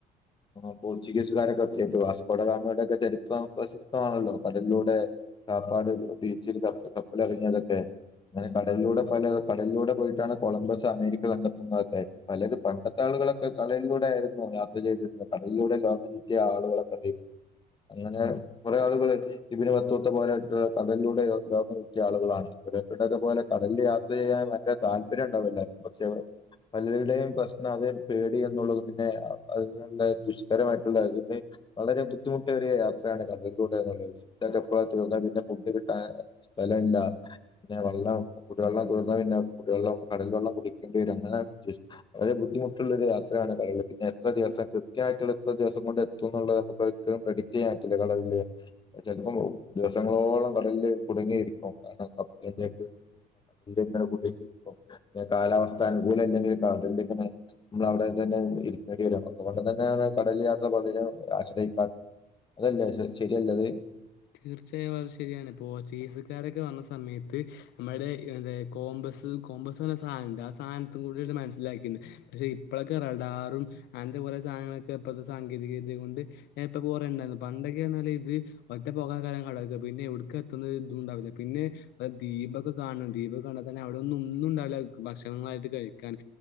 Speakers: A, on the left; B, on the left.
A: ഏഹ് പോർച്ച്ഗീസ്കാരും <unintelligible> വാസ്ഗോഡഗാമയുടെ ഒക്കെ ചരിത്രം <unintelligible> സിദ്ധമാണല്ലോ കടലിലൂടെ കാപ്പാട് ബീച്ചിൽ കപ്പ കപ്പലെറങ്ങിയതൊക്കെ അങ്ങനെ കടലിലൂടെ പല കടലിലൂടെ പോയിട്ടാണ് കൊളംബസ് അമേരിക്ക കണ്ടെത്തുന്നതൊക്കെ. പലരും പണ്ടത്തെ ആളുകളൊക്കെ കടലിലൂടെ ആയിരുന്നു യാത്ര ചെയ്തിരുന്നത്. കടലിലൂടെ ലോകം ചുറ്റിയ ആളുകളൊക്കെ <unintelligible> അങ്ങനെ കൊറെേ ആളുകൾ ഇബ്നു ബത്തൂത്ത <unintelligible> കടലിലൂടെ ലോകം ചുറ്റിയ ആളുകളാണ് <unintelligible> പോലെ കടലില് യാത്ര ചെയ്യാൻ ഭയങ്കര താല്പര്യം ഉണ്ടാവും എല്ലാർക്കും പക്ഷെ പലരുടെയും പ്രശ്നം അതര് പേടി എന്നുള്ളതും പിന്നെ അതിനുള്ള ദുഷ്കരമായിട്ടുള്ള <unintelligible> വളരെ ബുദ്ധിമുട്ടേറിയ യാത്രയാണ് കടലിലൂടെ <unintelligible> ഫുഡ് ഒക്കെ തീർന്ന പിന്നെ ഫുഡ് കിട്ടാൻ സ്ഥലല്ല പിന്നെ വെള്ളം കുടിവെള്ളം തീർന്നാ പിന്നെ കുടിവെള്ളം കടൽ വെള്ളം കുടിക്കണ്ടി വരും അങ്ങനെ <unintelligible> വളരെ ബുദ്ധിമുട്ടുള്ളൊരു യാത്ര <unintelligible> പിന്നെ എത്ര ദിവസം കൃത്യമായിട്ടുള്ള എത്ര ദിവസം കൊണ്ട് എത്തുംന്നുള്ളത് നമുക്ക് ഒരിക്കലും പ്രെഡിക്ട് ചെയ്യാ പറ്റൂല കടലില് ചെലപ്പം ദിവസങ്ങളോളം കടലില് കുടുങ്ങിയിരിക്കും <unintelligible> കടലില് ഇങ്ങനെ <unintelligible> പിന്നെ കാലാവസ്ഥ അനുകൂല അല്ലെങ്കില് കടലില് ഇങ്ങനെ നമ്മളവ്ടെ <unintelligible> ഇരിക്കണ്ടി വരും അതുകൊണ്ട് തന്നെയാണ് കടലിലെ യാത്ര പലരും ആശ്രയിക്കാ അതല്ലേ <unintelligible> ശരിയല്ലെത്
B: തീർച്ചയായും വളരെ ശരിയാണ്. പോർച്ചുഗീസുകാരൊക്കെ വന്ന സമയത്ത് നമ്മടെ എന്തേ കോംബസ് കോംബസ് പറഞ്ഞ സായനംണ്ട് ആ സായനത്തും കൂടിയാണ് മനസ്സിലാക്കീന്ന് പക്ഷെ ഇപ്പളൊക്കെ റഡാറും അങ്ങനത്തെ കൊറേ സാധനങ്ങളൊക്കെ ഇപ്പഴത്തെ സാങ്കേതിക വിദ്യ കൊണ്ട് <unintelligible> കൊറേ ഇണ്ടായിന്നു. പണ്ടൊക്കെ പറഞ്ഞാല് ഇത് ഒറ്റ പോക്കാക്കാരം കടല്ക്ക്‌. പിന്നെ എവ്ട്ക്കാ എത്ത്ന്നത് ഇതും ഇണ്ടാവൂല. പിന്നെ <unintelligible> ദീപൊക്കെ കാണും. ദീപൊക്കെ കണ്ടാ തന്നെ അവിടൊന്നും ഒന്നും ഉണ്ടാവില്ല ഭക്ഷണങ്ങളായിട്ട് കഴിക്കാന്